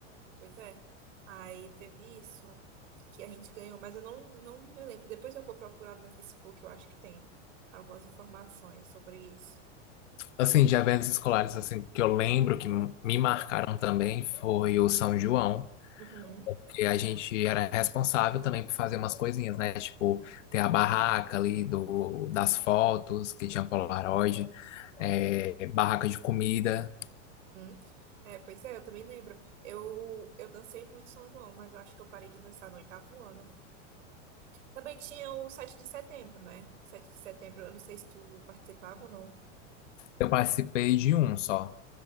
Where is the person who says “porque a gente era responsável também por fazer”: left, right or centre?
Left